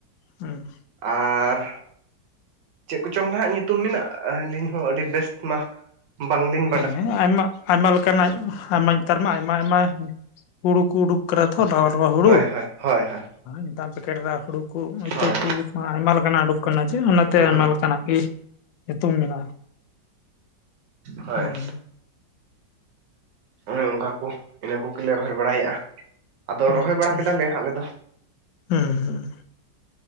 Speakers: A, on the left; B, on the right.
A: ᱦᱩᱸ᱾
B: ᱟᱻᱨ᱾ ᱪᱮᱫ ᱠᱚᱪᱚᱝ ᱱᱟᱜ ᱧᱩᱛᱩᱢ ᱢᱮᱱᱟᱜᱼᱟ <unintelligible> ᱦᱚᱸ ᱟᱹᱰᱤ ᱵᱮᱥᱴ ᱢᱟ ᱵᱟᱝᱞᱤᱱᱼᱼ
A: ᱦᱮᱸ ᱟᱭᱢᱟ ᱟᱭᱢᱟ ᱞᱮᱠᱟᱱᱟᱜ ᱟᱭᱢᱟ ᱱᱮᱛᱟᱨ ᱢᱟ ᱟᱭᱢᱟ ᱟᱭᱢᱟ ᱦᱩᱲᱩ ᱠᱚ ᱩᱰᱩᱠᱼᱼ ᱠᱟᱱᱟ ᱛᱚ ᱱᱟᱣᱟ ᱱᱟᱣᱟ ᱦᱩᱲᱩ᱾
B: ᱦᱳᱭ ᱦᱳᱭ ᱦᱳᱭ ᱦᱳᱭ
A: ᱱᱮᱛᱟᱨ ᱯᱮᱠᱮᱴ ᱨᱮᱱᱟᱜ ᱦᱩᱲᱩ ᱠᱚ ᱤᱛᱟᱹ
B: ᱦᱳᱭ
A: ᱠᱚ ᱟᱭᱢᱟ ᱞᱮᱠᱟᱱᱟᱜ ᱩᱰᱩᱠ ᱠᱟᱱᱟ ᱡᱮ ᱚᱱᱟᱼᱼ ᱛᱮ
B: ᱦᱩᱸ
A: ᱟᱭᱢᱟ ᱞᱮᱠᱟᱱᱟᱜ ᱜᱮ ᱧᱩᱛᱩᱢ ᱢᱮᱱᱟᱜᱼᱟ᱾
B: ᱦᱳᱭ᱾
A: ᱦᱩᱸ
B: ᱦᱳᱭ ᱚᱱᱠᱟ ᱠᱚ ᱤᱱᱟᱹ ᱠᱚᱜᱮᱞᱮ ᱨᱚᱦᱚᱭ ᱵᱟᱲᱟᱭᱮᱫ-ᱟ ᱟᱫᱚ
A: ᱟᱪᱪᱷᱟ
B: ᱨᱚᱦᱚᱭ ᱵᱟᱲᱟ ᱠᱮᱫᱟᱞᱮ ᱟᱞᱮ ᱫᱚ᱾
A: ᱦᱩᱸ ᱦᱩᱸ